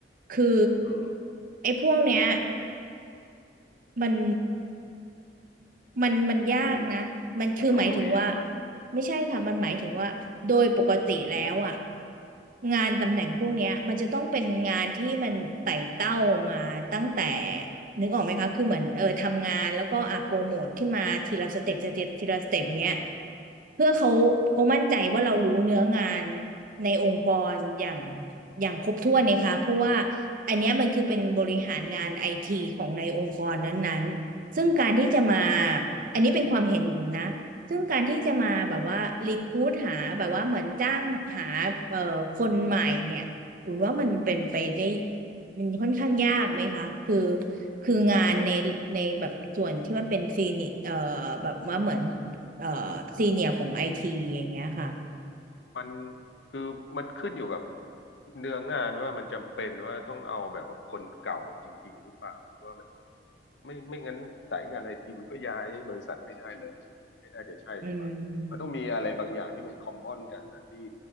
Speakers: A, on the right; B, on the left.
A: คือ
B: อืม
A: ไอ้พวกเนี้ยมัน มันมันยากนะมันคือหมายถึงว่า
B: มันมันต้องมันต้องลุยหรือว่าอะไร
A: ไม่ใช่ค่ะมันหมายถึงว่าโดยปกติแล้วอ่ะงานตำแหน่งพวกเนี้ยมันจะต้องเป็นงานที่มันไต่เต้ามาตั้งแต่นึกออกไหมคะคือเหมือนเออทำงานแล้วก็อ่ะโปรโมทขึ้นมาทีละสเต็ปสเต็ปทีละสเต็ปเนี้ยเพื่อเขาเขามั่นใจว่าเรารู้เนื้องานในองค์กรอย่างอย่างครบถ้วนเนี่ยค่ะเพราะว่าอันเนี้ยมันคือเป็นบริหารงานไอทีของในองค์กรนั้น ซึ่งการที่จะมาอันนี้เป็นความเห็นอหนูนะซึ่งการที่จะมาแบบว่ารีคูดหาแบบว่าเหมือนจ้างหาเอ่อคนใหม่เนี่ยอุ่นว่ามันเป็นไปได้
B: อืม
A: มันค่อนข้างยากไหมคะคือคืองานในในแบบส่วนที่มันเป็นซีเนียเอ่อแบบว่าเหมือนเอ่อซีเนียของไอทีอย่างเงี้ยค่ะ
B: มัน คือ มันขึ้นอยู่กับเนื้องานว่ามันจำเป็นว่าต้องเอาแบบว่าคนเก่าจริงๆหรือเปล่าหรือว่ามันไม่ไม่งั้นสายงานไอทีมันก็ย้ายบริษัทไม่ได้เลยไม่น่าจะใช่ถูกปะมันต้องมีอะไรบางอย่างที่มันคอมมอนกันนะที่
A: อืม